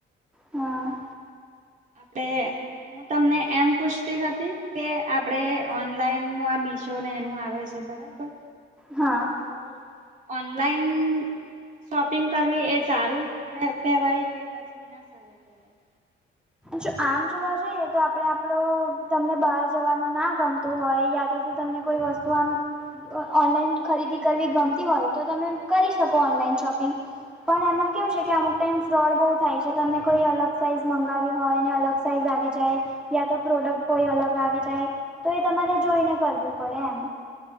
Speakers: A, in the centre; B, on the right.
A: હા.
B: તે. હું તમને એમ પૂછતી હતી કે આપડે ઓનલાઈન નું આ મીશો ને એનું આવે છે. એ બરાબર.
A: હા.
B: તો ઓનલાઈન શોપિંગ કરવી એ સારું કેવાય કે પછી ના સારું કેવાય.
A: જો આમ જોવા જઈએ તો આપડે આપડો તમને બહાર જવાનું ના ગમ તુ હોય યા તો ફીર તમને કોઈ વસ્તુ આમ તો ઓનલાઈન ખરીદી કરવી ગમતી હોય તો તમે કરી શકો ઓનલાઈન શોપિંગ. પણ એમાં કેવું છે કે અમુક ટાઈમ ફ્રોડ બહુ થાય છે તમે કોઈ અલગ સાઈઝ મંગ ગાવી હોય ને અલગ સાઈઝ આવી જાય યાતો પ્રોડક્ટ કોઈ અલગ આવી જાય. તો એ તમારે જોઈને કરવું પડે એમ.